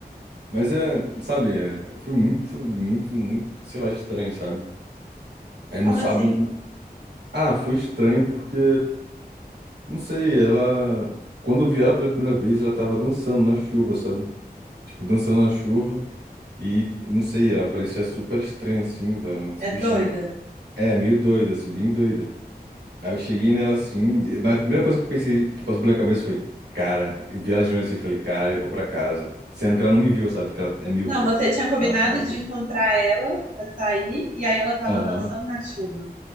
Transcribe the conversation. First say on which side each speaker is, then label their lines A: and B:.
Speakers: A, on the right (about 80°); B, on the right (about 50°).
A: mas é, sabe, é, foi muito, muito, muito, sei lá, estranho, sabe? Aí
B: Como
A: no sábado.
B: assim?
A: Ah, foi estranho porque. Não sei, ela. Quando eu vi ela pela primeira vez, ela tava dançando na chuva, sabe? Tipo, dançando na chuva. E, não sei, ela parecia super estranha, assim, velho. Se
B: É
A: vestindo.
B: doida.
A: É, meio doida, assim, bem doida. Aí eu cheguei nela assim, e- mas a primeira coisa que eu pensei, que passou pela minha cabeça foi, cara, eu vi ela de longe assim e falei, cara, eu vou pra casa. Sendo que ela não me viu, sabe? Porque ela é míope.
B: Não, você tinha combinado
A: Tava sem óculos.
B: de encontrar ela pra sair e aí ela tava
A: Aham.
B: dançando na chuva.